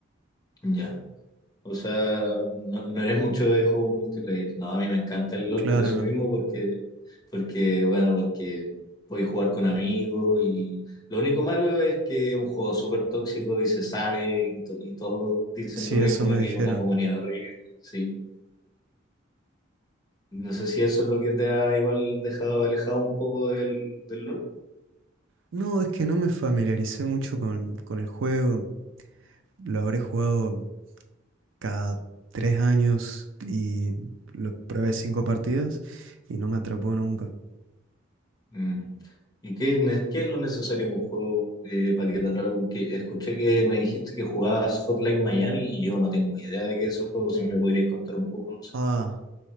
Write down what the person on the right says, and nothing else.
Claro,
no.
Sí,
eso me
dijeron.
No, es que no me familiaricé mucho con, con el juego. Lo habré jugado cada tres años y lo probé cinco partidas y no me atrapó nunca.
Ah,